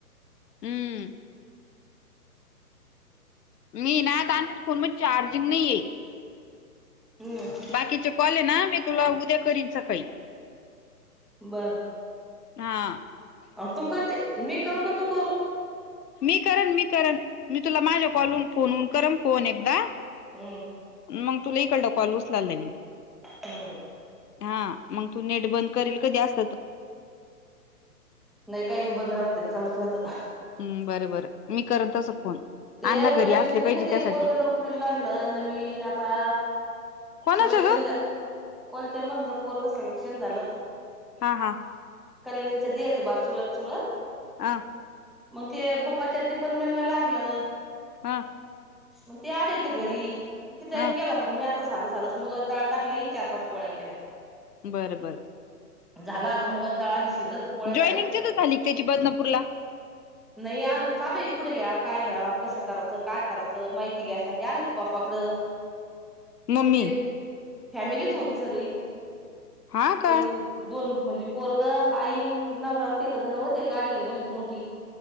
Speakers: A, on the left; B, in the centre.
A: हम्म.
B: <inaudible>
A: मी ना आताच्या फोनमध्ये चार्जिग नही.
B: हो का.
A: बाकीचे कॉल आहे ना मी तुला उद्या करीन सकाळी.
B: बरं.
A: हां.
B: अ तू करते मी करू का तू करू
A: मी करन मी करन मी, तुला माझ्या कॉलून फोन करन फोन एकदा.
B: हम्.
A: मग तुला इकडल काॅल उचल चालयं,
B: हम्म
A: हा मग तू नेट बंद करील कधी अस
B: नाही काही नाही बंद राहतेच, चालूच राहतात.
A: हम्म बरं-बरं मी करत तस फोन.
B: ते
A: अण्णा घरी
B: कल्याणीचे
A: असले पाहिजे
B: ते का ते
A: त्यासाठी
B: पोरग नोकरी ला लागलं नवीन आता.
A: कोणाचं
B: सलेक्शन
A: ग
B: झालं, कोलत्या मधलं पोरग सलेक्शन झालं.
A: हां-हां
B: कल्यानीचे दिरे बा चुलत-चुलत.
A: आ्.
B: मग ते पप्पाच्या डिपारमेंटला लागलं.
A: अ
B: मग ते आले होते घरी, कीती - टाइम
A: अ
B: गेला मग मी आता - साधं साधास मुगा च डाळ टाकली, चार पाच पोळ्या केल्या.
A: बरं, बरं.
B: झालं आता मुगाची दाळा आली शिजत. पोळ्या
A: जॉईनिंग
B: झाल्या
A: तितच झाली का? त्याची बदलापूरला.
B: नाही आजुन चालु आहे. कुढं घ्यावा काय घ्यावा कसं करायचं. काय करायच माहिती घ्या साठी आलेत पप्पा कडं.
A: मम्मी
B: मग ते फॅमिली च होती सगळी,
A: हा का
B: त्यांची. दोन म्हणजे पोरग, आई, नवरा तिघजन होते. गाडी घेऊन <unintelligible> येयल होते मोठी.